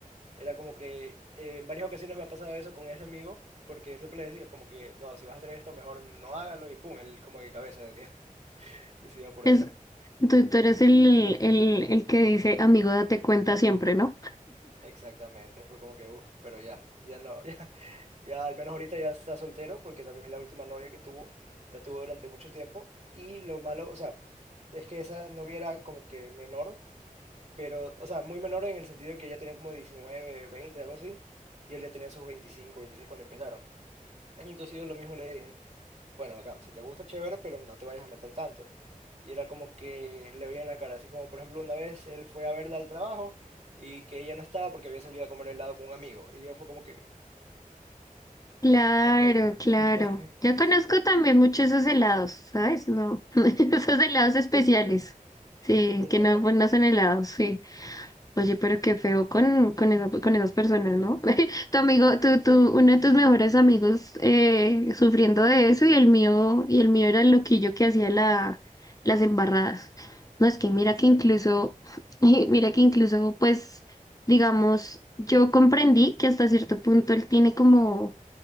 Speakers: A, on the right; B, on the left.
A: era como que eh, en varias ocasiones me ha pasado eso con ese amigo porque siempre le decía como que, no, si vas a hacer esto, mejor no hágalo y pum, él como que cabeza decía <laughs> y se iba por
B: Es,
A: allá.
B: tú, tú eres el, el, el que dice, amigo, date cuenta siempre, ¿no? <laughs>
A: Exactamente, fue como que, uff, pero ya, ya no, <laughs> ya, ya al menos ahorita ya está soltero porque también la última novia que tuvo, la tuvo durante mucho tiempo y lo malo, o sea, es que esa novia era como que menor, pero, o sea, muy menor en el sentido de que ella tenía como 19 20 algo así, y él ya tenía sus 25 26 cuando empezaron. Entonces yo lo mismo le dije, bueno, acá, si te gusta, chévere, pero no te vayas a meter tanto. Y era como que le veía en la cara, así como por ejemplo una vez él fue a verla al trabajo y que ella no estaba porque había salido a comer helado con un amigo. Y yo fue como que,
B: Claro,
A: ok.
B: claro.
A: <laughs>
B: Yo conozco también mucho esos helados, ¿sabes? No, <laughs> esos helados
A: Ujú,
B: especiales. Sí,
A: Exactamente,
B: que no, pues, no son helados, sí. Oye, pero qué feo con, con, eso- con esas personas, ¿no? <laughs> Tu amigo, tú, tú, uno de tus mejores amigos eh, sufriendo de eso y el mío, y el mío era el loquillo que hacía la, las embarradas. No, es que
A: exacto.
B: mira que incluso, <laughs> mira que incluso, pues, digamos, yo comprendí que hasta cierto punto él tiene como,